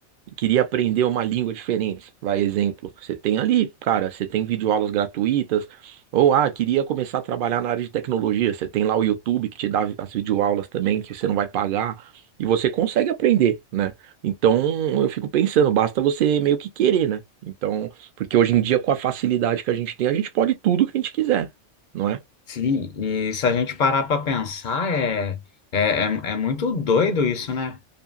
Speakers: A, on the right; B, on the left.
A: queria aprender uma língua diferente, vai exemplo, você tem ali, cara, você tem videoaulas gratuitas, ou ah, queria começar a trabalhar na área de tecnologia, você tem lá o YouTube que te dá as videoaulas também, que você não vai pagar, e você consegue aprender, né? Então, eu fico pensando, basta você meio que querer, né? Então, porque hoje em dia com a facilidade que a gente tem, a gente pode tudo que a gente quiser, não é?
B: Sim, e se a gente parar para pensar, é, é, é, é muito doido isso, né?